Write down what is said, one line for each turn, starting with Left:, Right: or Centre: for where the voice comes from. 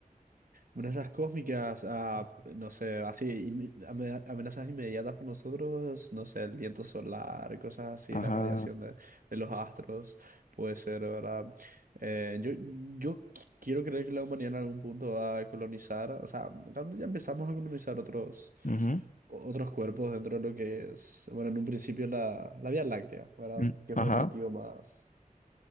Right: Amenazas cósmicas, ah, no sé, así, inme- ame- amenazas inmediatas para nosotros, no sé, el viento solar, cosas así,
Left: Ajá.
Right: la radiación de, de los astros, puede ser, ¿verdad? Eh, yo, yo qui- quiero creer que la humanidad en algún punto va a colonizar, o sea, realmente ya empezamos a colonizar otros,
Left: ujú,
Right: otros cuerpos dentro de lo que es, bueno, en un principio la, la Vía Láctea, ¿verdad?
Left: mm,
Right: Que es
Left: Ajá.
Right: un objetivo más,